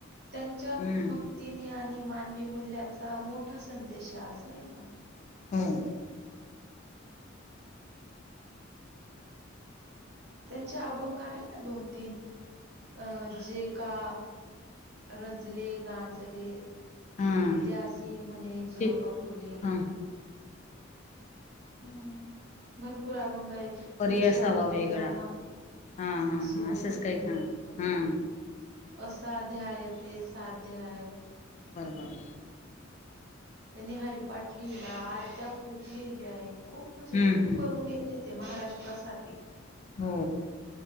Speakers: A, on the right; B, on the left.
A: त्यांच्या
B: हम्म
A: भक्तीनी आणि मानवी मूल्याचा मोठा संदेश आज नाही का
B: हम
A: त्यांचे अभंग आहे ना दोन तीन अं जे का रंजले गांजले
B: हां
A: त्या्यासी म्हणे जो
B: ठीक
A: अपुले
B: हां
A: हम्म भरपूर अभंग आहे
B: परी
A: वृक्ष
B: असावा
A: वल्ली
B: वेगळा
A: आम
B: हां हां
A: सोयरे
B: हां असंच काही हां
A: गले
B: हां
A: असाध्याय येते साध्याय
B: बरं बर
A: त्यांनी हरिपाठ लिहिला आरत्या खूप लिहिल्या आहेत खूप
B: हम्म
A: म्हणजे खूप
B: हम्म
A: करून गेले ते महाराष्ट्रासाठी
B: हो